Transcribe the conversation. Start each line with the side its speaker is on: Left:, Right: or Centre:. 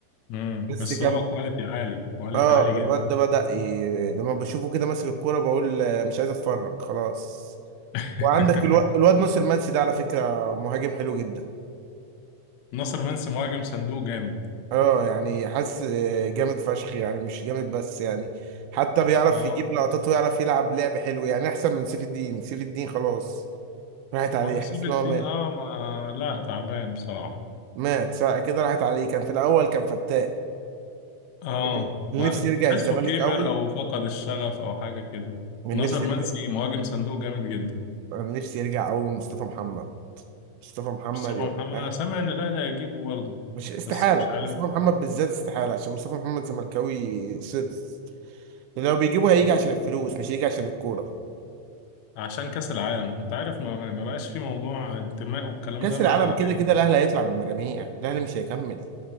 Left: امم
Right: بس
Left: بس
Right: كان
Left: هو كواليتي عالي كواليتي
Right: اه
Left: عالي
Right: الواد
Left: جدا
Right: ده بدأ ي... لما بشوفه كده ماسك الكورة بقول آه، مش عايز اتفرج خلاص
Left: <laughs>
Right: وعندك الو... الواد ناصر منسي ده على فكرة مهاجم حلو جدا
Left: ناصر منسي مهاجم صندوق جامد
Right: اه يعني حاسس جامد فشخ يعني مش جامد بس يعني حتى بيعرف
Left: اه
Right: يجيب لقطات ويعرف يلعب لعب حلو يعني احسن من سيف الدين سيف الدين خلاص راحت
Left: ما
Right: عليه
Left: سيب
Right: حاسس
Left: الدين
Right: ان هو مات
Left: اه ما لا تعبان بصراحة
Right: مات ساعة كده راحت عليه كان في الاول كان فتاك
Left: اه
Right: اللي
Left: ما
Right: نفسي يرجع
Left: تحسه
Right: الزمالك
Left: كبر
Right: قوي
Left: او فقد الشغف او حاجة كده
Right: من
Left: ناصر
Right: نفسي
Left: منسي
Right: يرجع
Left: مهاجم صندوق جامد جدا
Right: من نفسي يرجع قوي مصطفى محمد مصطفى محمد
Left: مصطفى
Right: يا
Left: محمد
Right: جدعان
Left: انا سامع ان الاهلي هيجيبه برضه
Right: مش استحالة
Left: بس مش عارف
Right: مصطفى محمد بالذات استحالة عشان مصطفى محمد زملكاوي صرف لو بيجيبه هيجي
Left: لا،
Right: عشان الفلوس مش هيجي عشان الكورة
Left: عشان كأس العالم انت عارف ما, ما بقاش في موضوع انتماء والكلام
Right: كأس
Left: ده ما
Right: العالم كده
Left: يعني
Right: كده الاهلي هيطلع من المجاميع الاهلي مش هيكمل